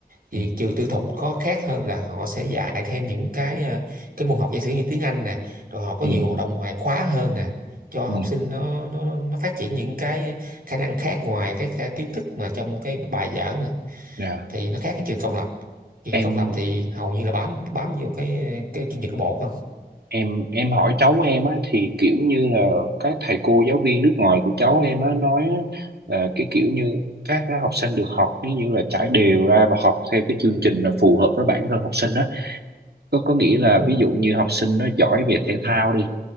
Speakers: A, on the right; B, on the right.
A: Vì
B: ừ
A: trường tư thục có khác hơn là họ sẽ dạy thêm những cái ờ, cái môn học giả sử như tiếng Anh nè, rồi họ có
B: ừ
A: nhiều hoạt động ngoại khóa hơn nè, cho học
B: ừ
A: sinh nó nó nó phát triển những cái khả năng khác ngoài cái, cái kiến thức mà trong cái bài vở nữa.
B: dạ
A: Thì nó khác cái trường công lập. Trường
B: em
A: công lập thì hầu như là bám bám vô cái cái chương trình của bộ không?
B: em em hỏi cháu em á thì kiểu như là các thầy cô giáo viên nước ngoài của cháu em á nói á, là cái kiểu như các cái học sinh được học ví như là trải đều ra và học theo cái chương trình là phù hợp với bản thân học sinh á có có nghĩa là
A: Ừ,
B: ví dụ như học sinh nó giỏi về thể thao đi